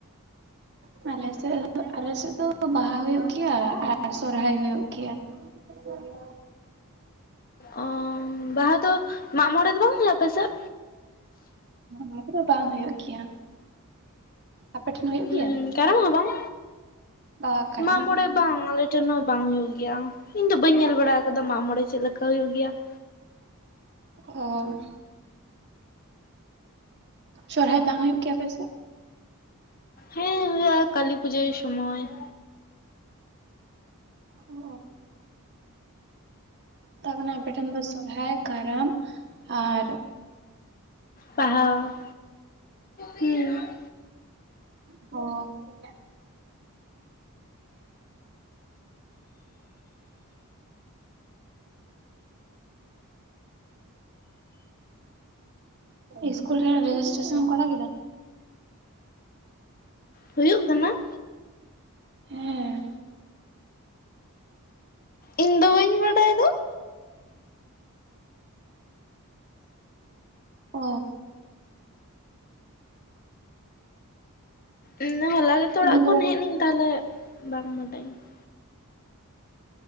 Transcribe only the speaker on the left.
ᱚ ᱵᱟᱦᱟ ᱫᱚ ᱢᱟᱜ ᱢᱚᱬᱮ ᱫᱚ ᱵᱟᱝ ᱦᱩᱭᱩᱜᱼᱟ ᱟᱯᱮ ᱥᱮᱫ?
ᱦᱩᱸ
ᱠᱟᱨᱟᱢ ᱦᱚᱸ ᱵᱟᱝ
ᱢᱟᱜ ᱢᱚᱬᱮ
ᱵᱟᱝ ᱟᱞᱮᱼᱼ ᱟᱞᱮ ᱴᱷᱮᱱ ᱦᱚᱸ ᱵᱟᱝ ᱦᱩᱭᱩᱜ ᱜᱮᱭᱟ, ᱤᱧ ᱫᱚ ᱵᱟᱹᱧ ᱧᱮᱞ ᱵᱟᱲᱟ ᱟᱠᱟᱫᱟ ᱢᱟᱜ ᱢᱚᱬᱮ ᱪᱮᱫ ᱞᱮᱠᱟ ᱦᱩᱭᱩᱜ ᱜᱮᱭᱟ ᱾
ᱦᱮᱸ ᱦᱩᱭᱩᱜᱼᱟ ᱠᱟᱹᱞᱤ ᱯᱩᱡᱟᱹᱭ ᱥᱚᱢᱚᱭ ᱾
ᱵᱟᱦᱟ ᱦᱩᱸ ᱾
ᱦᱩᱭᱩᱜ ᱠᱟᱱᱟ ᱾
ᱤᱧ ᱫᱚ ᱵᱟᱹᱧ ᱵᱟᱰᱟᱭ ᱫᱚ ᱾
ᱤᱧ ᱫᱚ ᱦᱚᱞᱟ ᱜᱮᱛᱚ
ᱚᱲᱟᱜ ᱠᱷᱚᱱ
ᱦᱮᱡ ᱮᱱᱟᱹᱧ ᱛᱟᱦᱞᱮ ᱾ ᱵᱟᱝ ᱵᱟᱰᱟᱭᱟᱹᱧ ᱾